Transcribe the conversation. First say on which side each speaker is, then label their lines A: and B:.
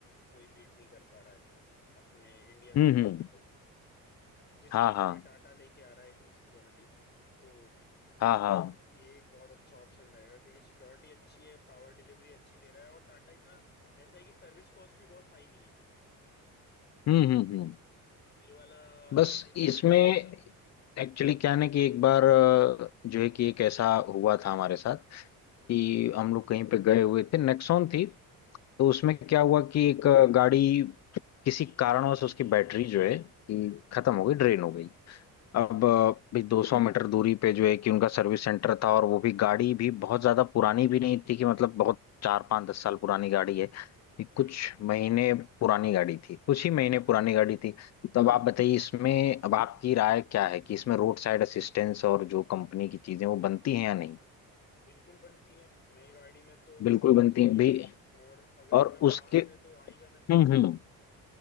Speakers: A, on the left; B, on the left.
A: कोई बीट नहीं कर पा रहा है अपने इंडिया
B: हम्म
A: सेगमेंट
B: हम्म
A: में तो जिस
B: हाँ
A: रेंज
B: हाँ
A: में टाटा लेके आ रहा है इतनी सिक्योरिटी तो
B: हाँ हाँ
A: ये एक बहुत अच्छा ऑप्शन रहेगा क्योंकि सिक्योरिटी अच्छी है पावर डिलीवरी अच्छी दे रहा है और टाटा का ऐसा है कि सर्विस कॉस्ट भी बहुत हाई नहीं है
B: हम्म हम्म हम्म
A: ये वाला एस्पेक्ट
B: बस
A: भी
B: इसमें
A: बहुत अच्छा है इसका
B: एक्चुअली क्या है ना कि एक बार अ, जो है कि एक ऐसा हुआ था हमारे साथ
A: हम्म
B: कि
A: हम्म
B: हम लोग कहीं पे गए हुए थे नेक्सॉन थी तो उसमें
A: ओके
B: क्या हुआ कि एक अ, गाड़ी किसी कारणवश उसकी बैटरी जो है कि खत्म हो गई ड्रेन हो गई
A: ठीक
B: अब
A: है
B: अ, भी 200 मीटर दूरी पे जो है कि उनका सर्विस सेंटर था और वो भी गाड़ी भी बहुत ज्यादा पुरानी भी नहीं थी कि मतलब बहुत चार पांच दस साल पुरानी गाड़ी है ये
A: हम्म
B: कुछ महीने पुरानी गाड़ी थी कुछ ही महीने
A: हम्म
B: पुरानी
A: हम्म
B: गाड़ी थी तो अब आप बताइए
A: हम्म
B: इसमें अब आपकी राय क्या है कि इसमें रोड साइड असिस्टेंस और जो कंपनी की चीजें वो बनती हैं या नहीं
A: बिल्कुल बनती हैं नई गाड़ी में तो
B: बिल्कुल
A: बननी
B: बनती
A: ही चाहिए
B: हैं भी
A: और अगर
B: और
A: इतना
B: उसके
A: पास है तो आ ही जाना चाहिए
B: हम्म
A: था
B: हम्म